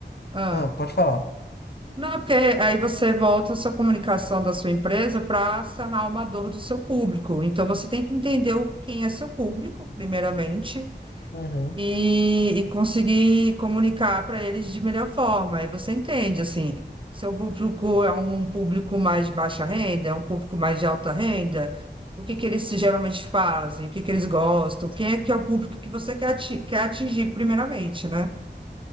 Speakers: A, on the right; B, on the left.
A: ah.
B: Ah, pode falar.
A: Não, é porque aí você volta a sua comunicação da sua empresa para sanar uma dor do seu público. Então você tem que entender o- quem é seu público, primeiramente.
B: Uhum.
A: e, e conseguir comunicar para eles de melhor forma. Aí você entende, assim, seu público é um público mais de baixa renda, é um público mais de alta renda, o que que eles geralmente fazem, o que que eles gostam, quem é que é o público que você quer ati- quer atingir primeiramente, né?